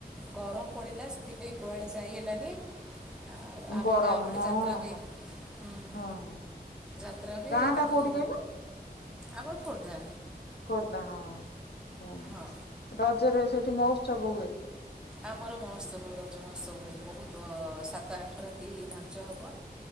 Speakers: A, in the centre; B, on the left.
A: ଗରମ ପଡ଼ିଲା ସେଥିପାଇଁ କୁଆଡେ ଯାଇ ହେଲାନି। ଆଉ ଆମ
B: ଗରମ
A: ଗାଁ ପଟେ
B: ହଁ
A: ଯାତ୍ରା ହୁଏ
B: ହଁ
A: ହୁଁ
B: ହଁ।
A: ଯାତ୍ରା ବି
B: ଗାଁ
A: ହୁଏ କିନ୍ତୁ
B: ଟା କୋଉଠି କହିଲ?
A: ଆମର ଖୋର୍ଦ୍ଧା
B: ଖୋର୍ଦ୍ଧା ହଁ। ହୁଁ,
A: ହଁ
B: ରଜରେ ସେଠି ମହୋତ୍ସବ ହୁଏ।
A: ଆମର ମହୋତ୍ସବ ରଜ ମହୋତ୍ସବ ହୁଏ, ବହୁତ ସାତ ଆଠ ରାତି ନାଚ ହବ